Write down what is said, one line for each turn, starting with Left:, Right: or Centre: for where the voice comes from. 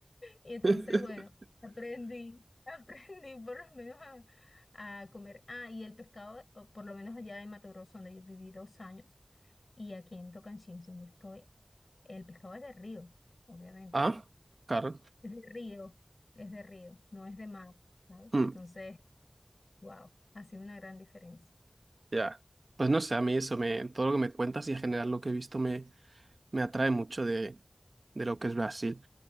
Left: Y entonces,
Right: <laughs>
Left: bueno, aprendí, <laughs> aprendí por lo menos a, a comer. Ah, y el pescado, o por lo menos allá en Mato Grosso, donde yo viví dos años, y aquí en Tocanchins, donde estoy, el pescado es de río, obviamente,
Right: Ah,
Left: ¿no?
Right: claro.
Left: Es de río, es de río, no es de mar, ¿sabes?
Right: Mm,
Left: Entonces, wow, ha sido una gran diferencia.
Right: ya. Pues no sé, a mí eso me, todo lo que me cuentas y en general lo que he visto me, me atrae mucho de, de lo que es Brasil.